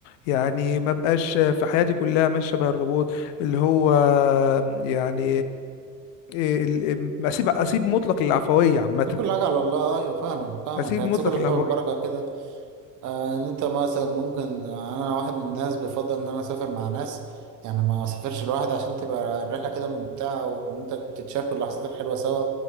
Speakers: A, on the left; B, on the right.
A: يعني ما بقاش في حياتي كلها ماشي شبه الروبوت اللي هو يعني إيه- ال- اسيب اسيب مطلق للعفويه عامه
B: دي كل حاجة على الله ايوه فاهمك فاهمك
A: اسيب
B: هتسيب
A: مطلق
B: كل
A: العفويه
B: حاجة بالبركة كده آه، ان انت مثلا ممكن انا واحد من الناس بيفضل ان انا اسافر مع ناس يعني ما اسافرش لوحدي عشان تبقى الرحله كده ممتعه وان انت تتشاركوا اللحظات الحلوه سوا